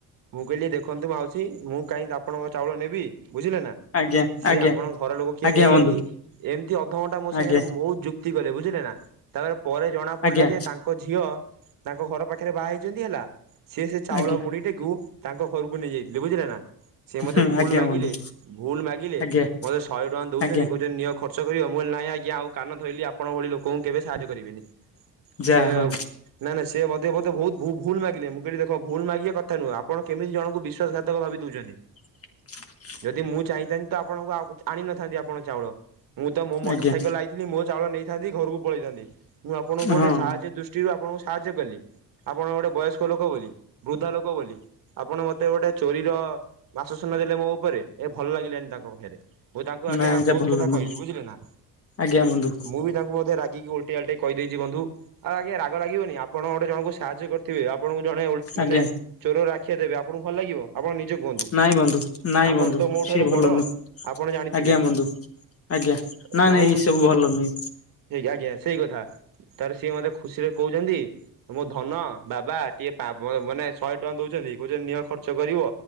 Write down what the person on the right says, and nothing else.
ମୁଁ କହିଲି ଦେଖନ୍ତୁ ମାଉସୀ ମୁଁ କାହିଁକି ଆପଣଙ୍କ ଚାଉଳ ନେବି। ବୁଝିଲେ ନା,
ସିଏ
ଆପଣଙ୍କ ଘରଲୋକ କିଏ
ନେଇଯାଇଛି।
ଏମିତି ଅଧଘଣ୍ଟା ମୋ
ସାଙ୍ଗରେ ବହୁତ ଯୁକ୍ ତି କଲେ ବୁଝିଲେ ନା। ତା ପରେ ଜଣା ପଡିଲା
ଯେ ତାଙ୍କ ଝିଅ ତାଙ୍କ ଘର ପାଖରେ ବାହା ହେଇଛନ୍ତି ହେଲା ସିଏ ସେ ଚାଉଳ
ମୁଢିଟେକୁ ତାଙ୍କ ଘରକୁ ନେଇଯାଇଥିଲେ ବୁଝିଲେ ନା। ସେ ମତେ
ଭୁଲ୍
ମାଗିଲେ
ଭୁଲ୍ ମାଗିଲେ
ମତେ ଶହେ ଟଙ୍କା ଦଉଛନ୍ତି
କହୁଛନ୍ତି ନିଅ ଖର୍ଚ୍ଚ କରିବ। ମୁଁ ଅଇଲି ନାହିଁ ଆଜ୍ଞା! ଆଉ କାନ ଧଇଲି ଆପଣ ଭଳି ଲୋକଙ୍କୁ କେବେ ସାହାଯ୍ୟ କରିବିନି।
ସେଏ
ନା ନାଇଁ ସେ ମଧ୍ୟ୍ୟ ମତେ ବହୁତ ଭୁ-ଭୁଲ୍ ମାଗିଲେ, ମୁଁ କହିଲି ଦେଖ ଭୁଲ୍ ମାଗିବା କଥା ନୁହଁ। ଆପଣ କେମିତି ଜଣକୁ ବିଶ୍ୱାସଘାତକ ଭାବି ଦେଉଛନ୍ତି? ନି,
ଯଦି ମୁଁ ଚାହିଁଥାନ୍ତି ତ ଆପଣଙ୍କୁ ଆଣିନଥାନ୍ତି, ଆପଣ ଚାଉଳ ମୁଁ ତ ମୋ ମୋଟର
ସାଇକେଲ ଆଇଥିଲି। ମୋ ଚାଉଳ ନେଇଥାନ୍ତି। ଘରକୁ ପଳେଇଥାନ୍ତି, ମୁଁ ଆପଣଙ୍କୁ ଗୋଟେ
ସାହାଯ୍ୟ ଦୃଷ୍ଟିରୁ ଆପଣଙ୍କୁ ସାହାଯ୍ୟ କଲି। ଆପଣ ଗୋଟେ ବୟସ୍କ ଲୋକ ବୋଲି, ବୃଦ୍ଧା ଲୋକ ବୋଲି, ଆପଣ ମତେ ଗୋଟେ ଚୋରିର ବାସସେନ ଦେଲେ ମୋ ଉପରେ ଏ ଭଲ ଲାଗିଲାନି ତାଙ୍କ ପାଖରେ, ମୁଁ ତାଙ୍କୁ ଆଜ୍ଞା
ବହୁତ
କଥା
କହିଲି ବୁଝିଲେ ନା।
ମୁଁ ବି ତାଙ୍କୁ ମଧ୍ୟ ରାଗ ଗିକି ଓଲଟେଆଲଟେଇ କହିଦେଇଛି ବନ୍ଧୁ। ଆଜ୍ଞା ରାଗ ଲାଗିବନି ଆପଣ ଗୋଟେ ଜଣଙ୍କୁ ସାହାଯ୍ୟ କରିଥିବେ ଆପଣଙ୍କୁ ଜଣେ ଓଲ୍ ମାନେ
ଚୋରର ଆଖ୍ୟା ଦେବେ। ଆପଣଙ୍କୁ ଭଲ ଲାଗିବ। ଆପଣ ନିଜ କୁୁହନ୍ତୁ।
ଆପଣ
ତ ମୋ
ଠାରୁ
ବଡ!
ଆପଣ ଜାଣିଥିବେ?
ଜଣକଉଠୁସେ
ହେ ଆଇ ସେଇ କଥା ତାର ସିଏ ମତେ ଖୁସିରେ କହୁଛନ୍ତି। ତ ମୋ ଧନ ବାବା ଟିକେ ପା ବ ମାନେ ଶହେ ଟଙ୍କା ଦଉଛନ୍ତି କହୁଛନ୍ତି ନିଅ ଖର୍ଚ୍ଚ କରିବ।